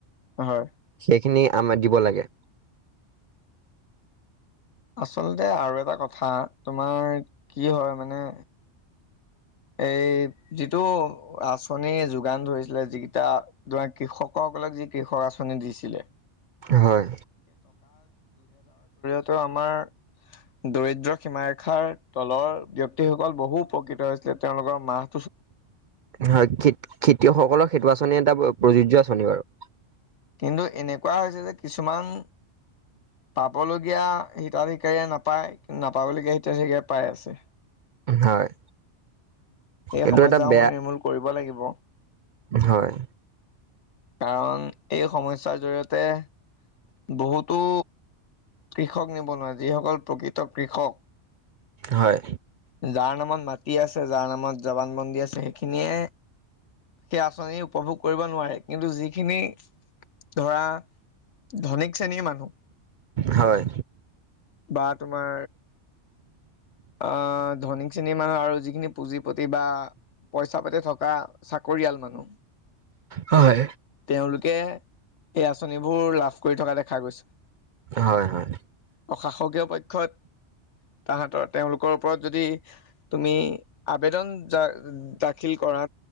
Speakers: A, on the left; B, on the right.
A: হয়।
B: সেইখিনি আমাক দিব লাগে।
A: আচলতে আৰু এটা কথা, তোমাৰ কি হয় মানে। এই যিটো আচঁনি যোগান ধৰিছিলে যিকেইটা ধৰা কৃষকক। বোলে যি কৃষক আঁচনি দিছিলে।
B: হয়।
A: ত' আমাৰ। দৰিদ্ৰ সীমাৰেখাৰ তলৰ ব্যক্তিসকল বহু উপকৃত হৈছিলে তেওঁলোকৰ মাহ
B: হয়, খে-খেতিয়কসকলৰ সেইটো আঁচনি এটা প্ৰযোজ্য আঁচনি বাৰু।
A: কিন্তু এনেকুৱা হৈছে যে কিছুমান। পাবলগীয়া হিতাধিকাৰীয়ে নাপায় কিন্তু নাপাবলগীয়া হিতাধিকাৰীয়ে পাই আছে।
B: হয়।
A: এই
B: এইটো
A: সমস্যাসমূহ
B: এটা বেয়া
A: নিৰ্মূল কৰিব লাগিব।
B: হয়।
A: কাৰণ এই সমস্যাৰ জৰিয়তে বহুতো। কৃষক নিবনুৱা যিসকল প্ৰকৃত কৃষক।
B: হয়
A: যাৰ নামত মাত কি আছে যাৰ নামত জৱান বন্দী আছে এইখিনিয়ে। সেই আঁচনি উপভোগ কৰিব নোৱাৰে কিন্তু যি যিখিনি, ধৰা, ধনিক শ্ৰেণীৰ মানুহ।
B: হয়
A: বা তোমাৰ আহ ধনীক শ্ৰেণীৰ মানুহ আৰু যিখিনি পুঁজি পতি বা পইচা পাতি থকা চাকৰিয়াল মানুহ।
B: হয়
A: তেওঁলোকে, সেই আঁচনিবোৰ লাভ কৰি থকা দেখা গৈছে।
B: হয় হয়
A: অশাসকীয় পক্ষত, তাহাতৰ তেওঁলোকৰ ওপৰত যদি, তুমি আবেদন যা-দাখিল কৰা।